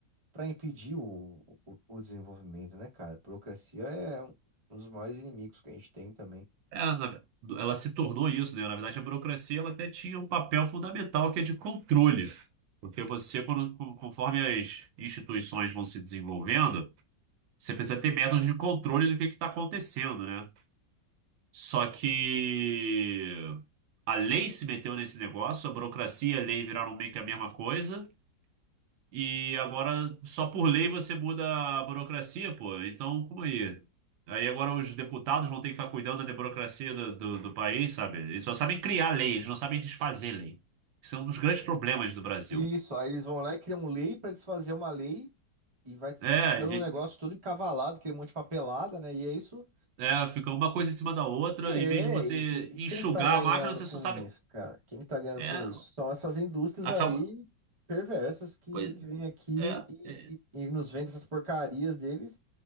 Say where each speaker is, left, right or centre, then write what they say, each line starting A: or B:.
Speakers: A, on the right; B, on the right.
A: para impedir o, o, o desenvolvimento, né, cara? A burocracia é um um dos maiores inimigos que a gente tem também.
B: É, na- ela se tornou isso, né? Na verdade, a burocracia ela até tinha um papel fundamental que é de controle. Porque você, quando, con- conforme as instituições vão se desenvolvendo, você precisa ter métodos de controle do que está acontecendo, né? Só que a lei se meteu nesse negócio, a burocracia e a lei viraram meio que a mesma coisa. E agora, só por lei você muda a burocracia, pô. Então, como aí? Aí agora os deputados vão ter que ficar cuidando da burocracia do, do, do país, sabe? Eles só sabem criar lei, eles não sabem desfazer lei. Isso é um dos grandes problemas do Brasil.
A: Isso, aí eles vão lá e criam um lei para desfazer uma lei e vai
B: É,
A: ficando um
B: e-
A: negócio todo encavalado, aquele monte de papelada, né? E é isso.
B: é, fica uma coisa em cima da outra,
A: E, é,
B: em vez de você
A: e, e- e
B: enxugar
A: quem que tá ganhando
B: a máquina, você
A: com
B: só sabe.
A: isso, cara? Quem que tá ganhando
B: É,
A: com isso? São essas indústrias
B: acaba.
A: aí perversas que,
B: Pois
A: que vêm aqui
B: é,
A: e,
B: é,
A: e- e nos vendem essas porcarias deles